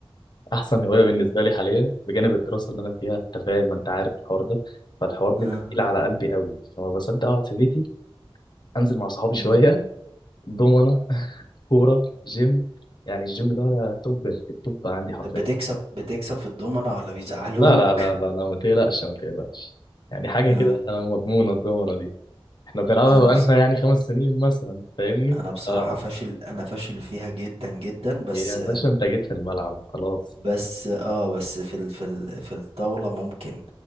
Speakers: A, on the left; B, on the right.
A: احسن هوايه بالنسبه لي حاليا بجانب الدراسه اللي انا فيها انت فاهم ما انت عارف الحوار ده فالحوار بيبقى
B: اه
A: تقيل على قلبي قوي فما بصدق اقعد في بيتي انزل مع صحابي
B: مم.
A: شويه دومنه كوره جيم يعني الجيم ده توب التوب عندي حرفيا
B: طب بتكسب بتكسب في الضمنه ولا بيزعلوك
A: لا لا لا لا لا ما تقلقش ما تقلقش يعني
B: <laughs>
A: حاجه
B: اه
A: كده مضمونه الدومنه دي احنا بنلعبها
B: انا
A: بقالنا
B: بص...
A: يعني خمس سنين مثلا فاهمني
B: انا بصراحه
A: آه
B: فاشل انا فاشل فيها جدا جدا بس
A: يا باشا انت جيت في الملعب خلاص
B: بس اه بس في ال... في ال... في الطاولة ممكن